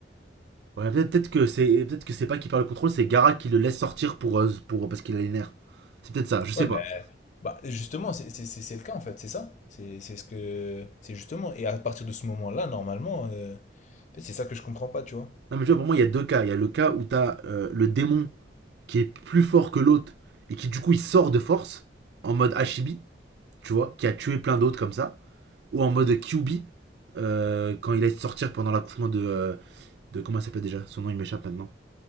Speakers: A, on the right; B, on the left.
A: Ouais, peut-être peut-être que c'est peut-être que c'est pas qu'il perd le contrôle, c'est Gaara qui le laisse sortir pour euh, pour parce qu'il a les nerfs. C'est peut-être ça, je sais
B: Ouais,
A: pas.
B: ben, Bah justement, c'est c'est- c'est- c'est le cas en fait, c'est ça. C'est c'est ce que c'est justement. Et à partir de ce moment-là, normalement, euh, en fait, c'est ça que je comprends pas, tu vois.
A: Non mais tu vois, pour moi, il y a deux cas. Il y a le cas où t'as euh, le démon qui est plus fort que l'autre et qui du coup il sort de force en mode Hashibi, tu vois, qui a tué plein d'autres comme ça. ou en mode QB euh, quand il allait sortir pendant l'accouchement de, euh, de. Comment elle s'appelle déjà Son nom il m'échappe maintenant.